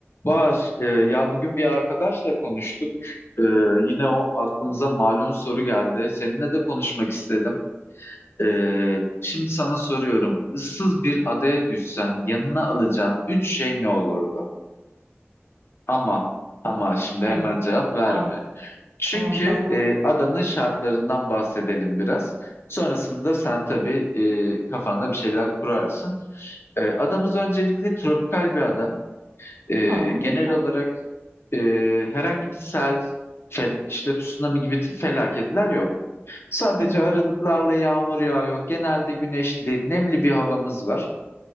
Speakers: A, on the left; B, on the right.
A: Bahar, e, ya bugün bir arkadaşla konuştuk. E, yine o aklımıza malum soru geldi. Seninle de konuşmak istedim. E, şimdi sana soruyorum. Issız bir adaya düşsen yanına alacağın üç şey ne olurdu? Ama, ama şimdi hemen
B: Evet.
A: cevap verme.
B: Tamam,
A: Çünkü
B: tamam, tam başlayacağım.
A: e, adanın şartlarından bahsedelim biraz. Sonrasında sen tabii e, kafanda bir şeyler kurarsın. E, adamız öncelikle tropikal bir ada. E,
B: Tamam,
A: genel
B: güzel.
A: olarak e, herhangi bir sel, fel, işte tsunami gibi felaketler yok. Sadece
B: Hı hı,
A: aralıklarla yağmur yağıyor. Genelde güneşli, nemli bir havamız var.